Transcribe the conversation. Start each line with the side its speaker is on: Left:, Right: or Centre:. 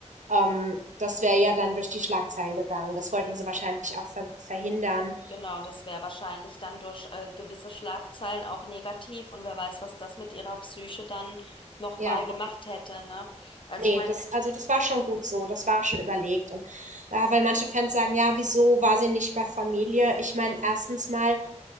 Right: Ähm, das wäre ja dann durch die Schlagzeilen gegangen. Das wollten
Left: hm,
Right: sie wahrscheinlich auch ver verhindern.
Left: genau, und das wäre wahrscheinlich dann durch äh, gewisse Schlagzeilen auch negativ. Und wer weiß, was das mit ihrer Psyche dann nochmal
Right: Ja.
Left: gemacht hätte, ne? Also
Right: Nee,
Left: ich meine,
Right: das also das war schon gut so, das war schon überlegt und ja, weil manche Fans sagen: „Ja, wieso war sie nicht bei Familie?“ Ich meine, erstens mal